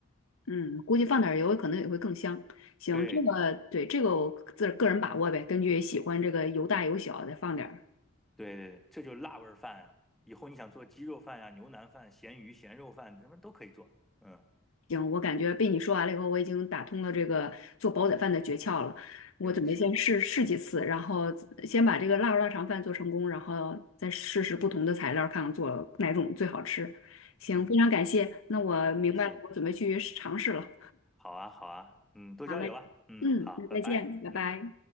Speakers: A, on the left; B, in the centre.
A: 嗯，估计放点儿油可能也会更香。行，
B: 对，
A: 这个对这个我自个人把握呗，根据喜欢这个油大油小再放点儿。
B: 对对这就是辣味儿饭啊！以后你想做鸡肉饭呀、牛腩饭、咸鱼、咸肉饭，什么都可以做。嗯
A: 行，我感觉被你说完了以后，我已经打通了这个做煲仔饭的诀窍了。我准备先试试几次，
B: 嗯，是啊，
A: 然后先把这个腊肉腊肠饭做成功，然后再试试不同的材料，看看做哪种最好吃。行，
B: 嗯，
A: 非常感谢。那我明白了，
B: 不客气。
A: 我准备去尝试了。
B: 好啊，好啊，嗯，多交流啊，
A: 好嘞，
B: 嗯，
A: 嗯，
B: 好，
A: 那再见，
B: 拜拜，
A: 拜拜。
B: 嗯。